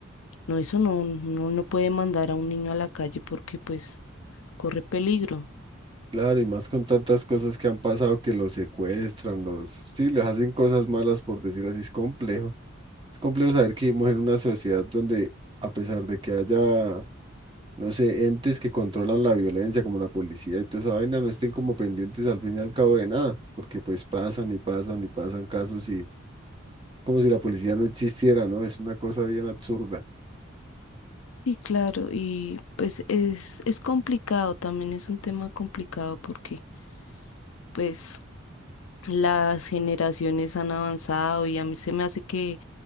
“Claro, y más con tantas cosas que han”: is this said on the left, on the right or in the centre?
Right